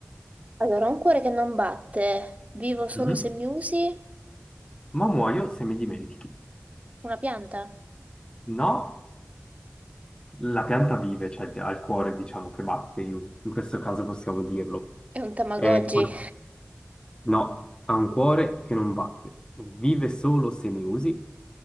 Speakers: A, on the right; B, on the left.
A: Allora, un cuore che non batte. Vivo solo
B: Mhm.
A: se mi usi.
B: Ma muoio se mi dimentichi.
A: Una pianta.
B: No, la pianta vive, cioè ti- ha il cuore, diciamo, che batte, in, in questo caso possiamo dirlo.
A: È un Tamagotchi.
B: E poi- no, ha un cuore che non batte, vive solo se mi usi